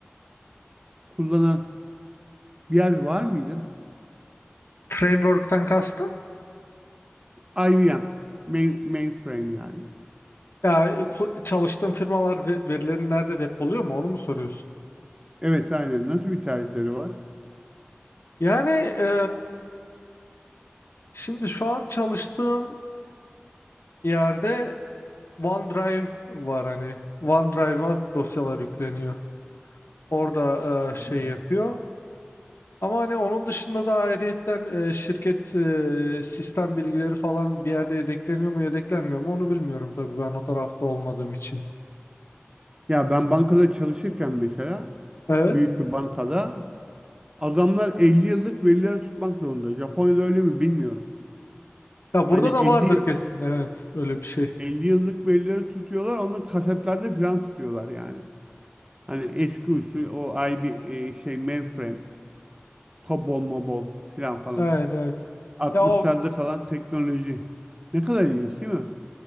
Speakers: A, on the right; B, on the left.
A: kullanan bir yer var mıydı?
B: Framework'ten kastın?
A: IBM main, mainframe yani.
B: Ya e, ku- çalıştığın firmalar ve- verilerini nerede depoluyor mu onu mu soruyorsun?
A: Evet aynen. Nasıl bir tercihleri var?
B: Yani e, Şimdi şu an çalıştığım yerde OneDrive var hani. OneDrive'a dosyalar yükleniyor. Orada e, şey
A: Hı hı.
B: yapıyor. Ama hani onun dışında da ayrıyetten e, şirket e, sistem bilgileri falan bir yerde yedekleniyor mu yedeklenmiyor mu onu bilmiyorum tabii ben o tarafta olmadığım için.
A: Ya ben bankada çalışırken mesela
B: Evet.
A: büyük bir bankada adamlar 50 yıllık verileri tutmak zorunda. Japonya'da öyle mi bilmiyorum.
B: Ya burada
A: Hani 50
B: da vardır
A: yıl
B: kesin. Evet, öyle bir şey.
A: 50 yıllık verileri tutuyorlar, onu kasetlerde filan tutuyorlar yani. Hani eski usul o IB e, şey mainframe, COBOL, MOBOL filan falan.
B: Evet, evet.
A: 60'larda
B: Ya o
A: kalan teknoloji. Ne kadar ilginç değil mi?